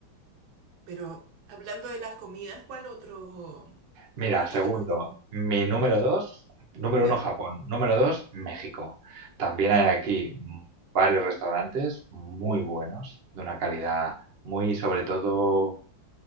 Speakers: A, on the right (about 85°); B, on the right (about 65°).
A: Pero hablando de las comidas, ¿cuál otro,
B: Mira,
A: cuál otro
B: segundo,
A: tipo de comida?
B: mi número
A: Ujú,
B: dos, número
A: ¿Ya?
B: uno Japón, número dos México. También hay aquí
A: Mm.
B: mm, varios restaurantes muy buenos, de una calidad muy, sobre todo,